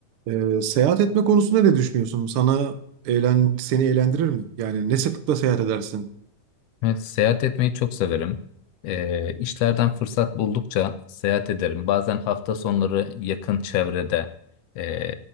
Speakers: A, on the right (about 75°); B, on the left (about 75°).
A: Ee, seyahat etme konusunda ne düşünüyorsun? Sana eğlen, seni eğlendirir mi? Yani ne sıklıkla seyahat edersin?
B: Evet, seyahat etmeyi çok severim. Ee, işlerden fırsat buldukça seyahat ederim. Bazen hafta sonları yakın çevrede, e,